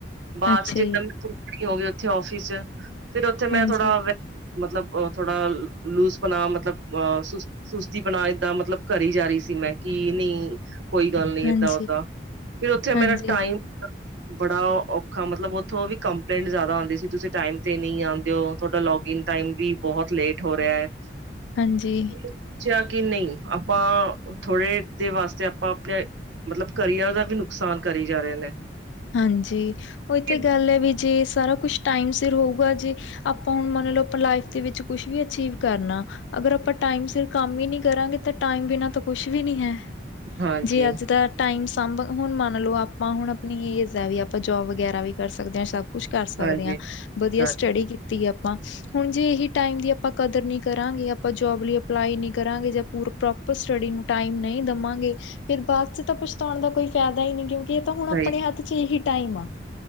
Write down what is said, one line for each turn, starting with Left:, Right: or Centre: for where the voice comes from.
Right: ਬਾਅਦ
Left: ਅੱਛਾ
Right: ਚ ਜਿੱਦਾਂ
Left: ਜੀ,
Right: ਹੋ ਗਏ ਉੱਥੇ ਆਫਿਸ ਚ ਫਿਰ ਉੱਥੇ ਮੈਂ
Left: ਹਾਂਜੀ,
Right: ਥੋੜਾ <unintelligible> ਮਤਲਬ ਥੋੜਾ ਲੂਜ ਬਣਾ ਮਤਲਬ ਅ ਸੁਸਤੀ ਪਨਾ ਏਦਾਂ ਮਤਲਬ ਕਰੀ ਜਾ ਰਹੀ ਸੀ ਮੈਂ ਕਿ ਨਹੀਂ ਕੋਈ ਗੱਲ ਨੀ
Left: ਹਾਂਜੀ,
Right: ਇਦਾਂ, ਓਦਾਂ, ਫਿਰ ਉੱਥੇ ਮੇਰਾ
Left: ਹਾਂਜੀ,
Right: ਟਾਈਮ ਬੜਾ ਔਖਾ ਮਤਲਬ ਉੱਥੋਂ ਵੀ ਕੰਪਲੇਂਟ ਜ਼ਿਆਦਾ ਆਉਂਦੀ ਸੀ, ਤੁਸੀਂ ਟਾਈਮ ਤੇ ਨਹੀਂ ਆਉਂਦੇ ਹੋ ਤੁਹਾਡਾ ਲੋੌਗਇਨ, ਟਾਈਮ ਵੀ ਬਹੁਤ ਲੇਟ ਹੋ ਰਿਹਾ ਹੈ,
Left: ਹਾਂਜੀ।
Right: ਪੁੱਛਿਆ ਕਿ ਨਹੀਂ ਆਪਾਂ ਥੋੜੇ ਦੇ ਵਾਸਤੇ ਆਪਾਂ ਆਪਣੇ, ਮਤਲਬ ਕਰੀਅਰ ਦਾ ਵੀ ਨੁਕਸਾਨ ਕਰੀ ਜਾ ਰਹੇ ਨੇ,
Left: ਹਾਂਜੀ ਉਹ ਤੇ
Right: ਹਾਂਜੀ
Left: ਗੱਲ ਹੈ, ਵੀ ਜੇ ਸਾਰਾ ਕੁਛ ਟਾਈਮ ਸਿਰ ਹੋਊਗਾ ਜੇ, ਆਪਾਂ ਹੁਣ ਮੰਨ ਲਓ, ਆਪਾਂ ਲਾਈਫ ਦੇ ਵਿੱਚ ਕੁਛ ਵੀ ਅਚੀਵ ਕਰਨਾ ਅਗਰ ਆਪਾਂ ਟਾਈਮ ਸਿਰ ਕੰਮ ਹੀ ਨੀ ਕਰਾਂਗੇ ਤਾਂ ਟਾਈਮ ਬਿਨਾਂ ਤਾਂ ਕੁਛ ਵੀ ਨੀ ਹੈ,
Right: ਹਾਂਜੀ
Left: ਜੇ ਅੱਜ ਦਾ ਟਾਈਮ ਸਾਂਭ ਹੁਣ ਮੰਨ ਲਓ, ਆਪਾਂ ਹੁਣ ਆਪਣੀ ਏਜ ਹੈ ਵੀ ਆਪਾਂ ਜੋਬ ਵਗੈਰਾ ਵੀ ਕਰ ਸਕਦੇ ਹਾਂ ਸਭ ਕੁਛ ਕਰ ਸਕਦੇ
Right: ਹਾਂਜੀ
Left: ਹਾਂ ਵਧੀਆ,
Right: ਹਾਂ
Left: ਸਟੱਡੀ ਕੀਤੀ ਆਪਾਂ, ਹੁਣ ਜੇ ਇਹੀ ਟਾਈਮ ਦੀ ਆਪਾਂ ਕਦਰ ਨਹੀਂ ਕਰਾਂਗੇ ਆਪਾਂ ਜੋਬ ਲਈ ਅਪਲਾਈ ਨੀ ਕਰਾਂਗੇ ਜਾਂ ਪ ਸਟੱਡੀ ਨੂੰ ਟਾਈਮ ਨਹੀਂ ਦੇਵਾਂਗੇ, ਫੇਰ ਬਾਅਦ ਚ ਤਾਂ ਪਛਤਾਉਣ ਦਾ ਕੋਈ ਫਾਇਦਾ ਹੀ ਨਹੀਂ ਕਿਉਂਕਿ ਇਹ ਤਾਂ ਹੁਣ
Right: ਸਹੀ
Left: ਆਪਣੇ ਹੱਥ ਚ ਇਹੀ ਟਾਈਮ ਆ।